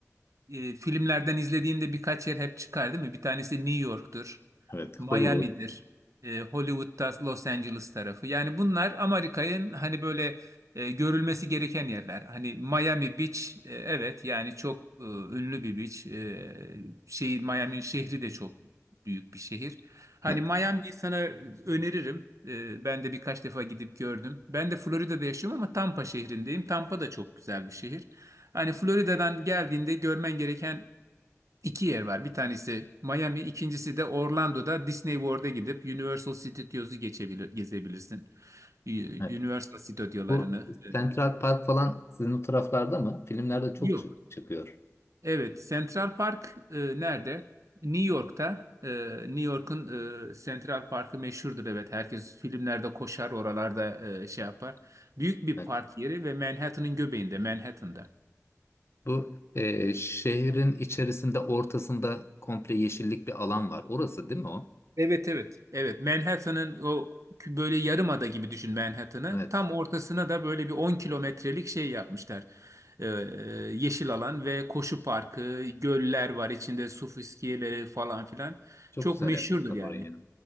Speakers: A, on the right; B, on the left.
A: e, filmlerden izlediğinde birkaç yer hep çıkar değil mi? Bir tanesi New York'tur,
B: Evet, Hollywood.
A: Miami'dir, e, Hollywood'da Los Angeles tarafı. Yani bunlar Amerika'nın hani böyle e, görülmesi gereken yerler. Hani Miami Beach, e, evet yani çok e, ünlü bir beach. E, şey, Miami'nin şehri de çok büyük bir şehir. Hani
B: Evet,
A: Miami'yi sana öneririm. E, ben de birkaç defa gidip gördüm. Ben de Florida'da yaşıyorum ama Tampa şehrindeyim. Tampa da çok güzel bir şehir. Hani Florida'dan geldiğinde görmen gereken iki yer var. Bir tanesi Miami, ikincisi de Orlando'da Disney World'a gidip Universal Studios'u geçebilir, gezebilirsin. Ü-
B: evet.
A: Universal Stüdyolarını.
B: Bu
A: e,
B: Central Park falan sizin o taraflarda mı? Filmlerde çok
A: Yok.
B: çı- çıkıyor.
A: Evet, Central Park e, nerede? New York'ta. E, New York'un e, Central Park'ı meşhurdur. Evet, herkes filmlerde koşar, oralarda e, şey yapar. Büyük bir
B: Evet.
A: park yeri ve Manhattan'ın göbeğinde, Manhattan'da.
B: Bu e, şehrin içerisinde ortasında komple yeşillik bir alan var. Orası değil mi o?
A: Evet evet. Evet. Manhattan'ın o kü- böyle yarımada gibi düşün Manhattan'ı.
B: Evet.
A: Tam ortasına da böyle bir 10 kilometrelik şey yapmışlar. Ee, yeşil alan ve koşu parkı, göller var içinde su fıskiyeleri falan filan.
B: Çok
A: Çok
B: güzel
A: meşhurdur
B: yapmışlar
A: yani.
B: orayı.